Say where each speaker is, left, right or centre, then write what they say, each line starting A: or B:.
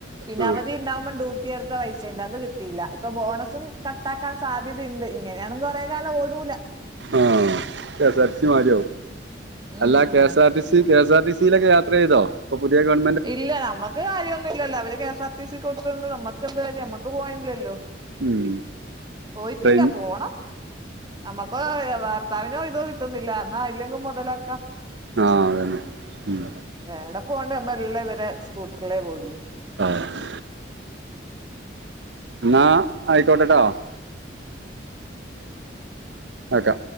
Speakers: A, on the right (about 25°); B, on the right (about 75°).
A: പിന്നെ
B: ആ
A: അവധി ഉണ്ടാവുമ്പോ ടൂ ട്ടി എടുത്ത പൈസ ണ്ട് അത് കിട്ടിയില്ല ഇപ്പൊ ബോണസും കട്ടാക്കാൻ സാധ്യതണ്ട് ഇങ്ങനെണെങ്കി കൊറേ കാലോട്ടി ട്ടൂല
B: ആഹ് K S R T C മാര്യാവും
A: ഉം
B: അല്ല കെ സാ ആർ ടി സി കെസാർടീസിലൊക്കെ യാത്രെയ്തോ? ഇപ്പ പുത്യേ ഗവൺ
A: ഇല്ല ഞമ്മക്ക് കാര്യോന്നുല്ലല്ലോ അവര് K S R T C കൊട്ത്തോണ്ട് ഞമ്മക്കെന്ത്‌ കാര്യം ഞമ്മക്ക് പോവാനില്ലല്ലോ?
B: ഉം.
A: പോയിറ്റില്ല
B: ട്രെയിൻ
A: പോണം ഞമ്മക്കോ ബർത്താവിന് ഒഴിവ് കിട്ട് കിട്ടുന്നില്ല ന്നാ ഐലങ്ക് മൊതലാക്ക
B: ആ അതന്നെ ഉം.
A: ഏടെ പോ ലെ മെല്ലെവരെ സ്കൂട്ടറിലേ പോയൊള്ളു
B: ആഹാ ന്നാ ആയിക്കോട്ടെട്ടോ ആക്കാ